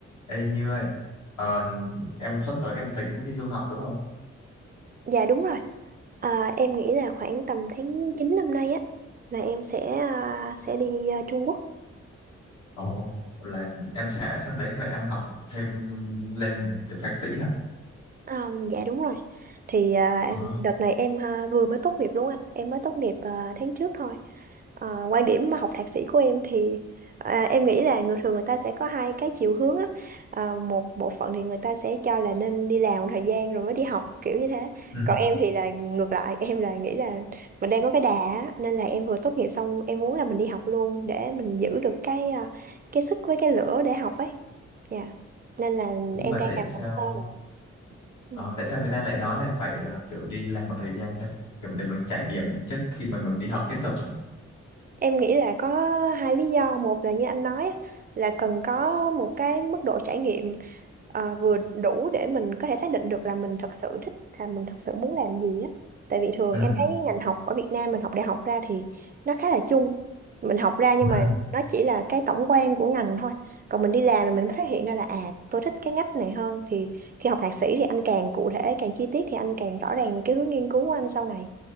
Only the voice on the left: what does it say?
Ê Như ơi, ờ, em sắp tới em tính đi du học đúng không?
Ồ, là em sẽ sang đấy và em học thêm lên kiểu thạc sĩ hả?
Ờ,
ừ.
Nhưng
mà
tại
sao
ờ, tại sao người ta lại nói là phải ờ, kiểu đi làm một thời gian ta? Kiểu để mình trải nghiệm trước khi mình mình đi học tiếp tục hả?
Ừ.
Ừ.